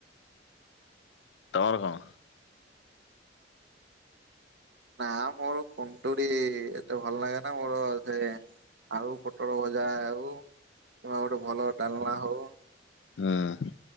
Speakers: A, on the left (about 75°); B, on the right (about 65°).
A: ତମର କଣ?
B: ନା ମୋର କୁନ୍ଦୁରି ଏତେ ଭଲ ଲାଗେନା ମୋର ସେ ଆଳୁ ପୋଟଳ ଭଜା ହେଉ। କିମ୍ବା ଗୋଟେ ଭଲ ଡାଲଣା ହଉ।
A: ହଁ।